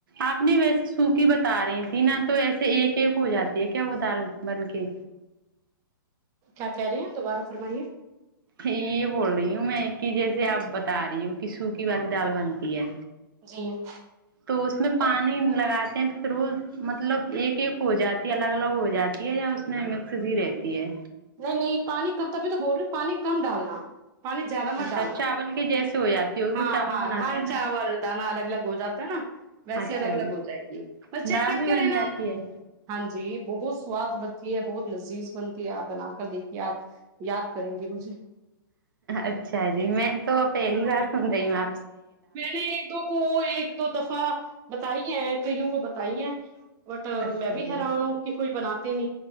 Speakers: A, on the right; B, on the right.
A: آپ نہیں ویسے سوکھی بتا رہی تھی نا تو ایسے ایک ایک ہو جاتی ہے کیا وہ دال بن کے
B: کیا کہہ رہے ہیں دوبارہ فرمائیے
A: یہ بول رہی ہوں میں کہ جیسے اسے آپ بتا رہی ہو کہ سوکی والی دال بنتی ہے
B: جی
A: تو اس میں
B: نہیں
A: پانی لگاتے ہیں تو روز مطلب ایک ایک ہو جاتی ہے الگ الگ ہو جاتی ہے یا اس میں مکسز ہی رہتی ہے
B: نہیں نہیں پانی کب تبھی تو بول رہے پانی کم ڈالنا <unintelligible>
A: اچھا چاول کے جیسے ہو جاتی ہوگی وہ چاول بناتے ہیں نا اچھا جی دال بھی بن جاتی ہے
B: جی بہت سواد بنتی ہے بہت لذیذ بنتی ہے آپ بنا کر دیکھیے آپ یاد کریں گے مجھے
A: اچھا جی میں تو پہلی بار ند گا
B: نے ایک دو کو ایک دو دفعہ بتائی ہیں کئیوں کو بتائی ہیں بٹ
A: اچھا
B: میں بھی
A: جی
B: حیران ہوں کہ کوئی بناات تین